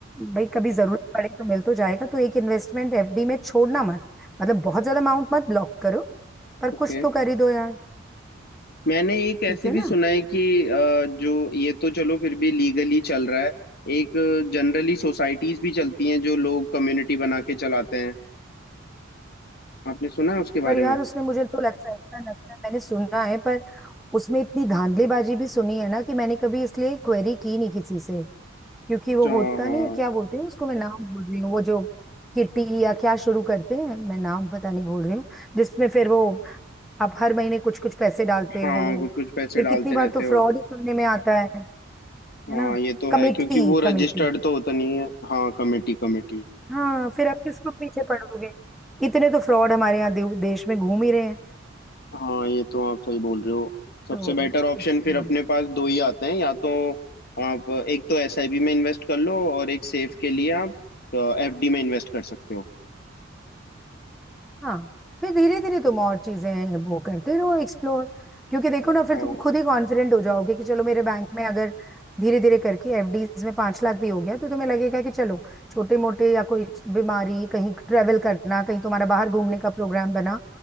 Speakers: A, in the centre; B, on the left.
A: भाई कभी जरूरत पड़े तो मिल तो जाएगा तो एक इन्वेस्टमेंट एफडी में छोड़ना मत मतलब बहुत ज्यादा अमाउंट मत ब्लॉक करो पर
B: ओके
A: कुछ तो कर ही दो यार
B: मैंने एक ऐसे
A: ठीक है
B: भी
A: ना
B: सुना है कि अ, जो ये तो चलो फिर भी लीगली चल रहा है एक जनरली सोसाइटीज भी चलती हैं जो लोग कम्युनिटी बना के चलाते हैं आपने सुना है उसके
A: पर
B: बारे
A: यार
B: में
A: उसमें मुझे तो लगता है ऐसा लगता है मैंने सुना है पर उसमें इतनी धांधलीबाजी भी सुनी है ना कि मैंने कभी इसलिए क्वेरी की नहीं किसी से क्योंकि वो
B: अच्छा
A: होता
B: हाँ हाँ।
A: नहीं है क्या बोलते हैं उसको मैं नाम भूल रही हूँ वो जो किटी या क्या शुरू करते हैं मैं नाम पता नहीं भूल रही हूँ जिसमें फिर वो आप हर महीने कुछ कुछ पैसे डालते
B: हाँ
A: हो
B: कुछ कुछ पैसे
A: फिर
B: डालते
A: कितनी बार
B: रहते
A: तो फ्रॉड
B: हो
A: ही सुनने में आता है है
B: हाँ
A: ना
B: ये तो
A: Committee
B: है क्योंकि वो रजिस्टर्ड
A: committee
B: तो होता नहीं है हाँ कमेटी कमेटी
A: हाँ फिर आप किसको पीछे पड़ोगे इतने तो फ्रॉड हमारे यहाँ देव- देश में घूम ही रहे हैं
B: हाँ ये तो आप सही बोल रहे हो सबसे
A: तो
B: बेटर ऑप्शन
A: इसलिए
B: फिर अपने पास दो ही आते हैं या तो आप एक तो एसआईपी में इन्वेस्ट कर लो और एक सेफ के लिए आप एफडी में इन्वेस्ट कर सकते हो
A: हाँ फिर धीरे धीरे तुम और चीजें वो करते रहो एक्सप्लोर क्योंकि देखो
B: हाँ
A: ना फिर तुम खुद ही कॉन्फिडेंट हो जाओगे कि चलो मेरे बैंक में अगर धीरे धीरे करके एफडीज में पांच लाख भी हो गया तो तुम्हें लगेगा कि चलो छोटे मोटे या कोई बीमारी कहीं ट्रेवल करना कहीं तुम्हारा बाहर घूमने का प्रोग्राम बना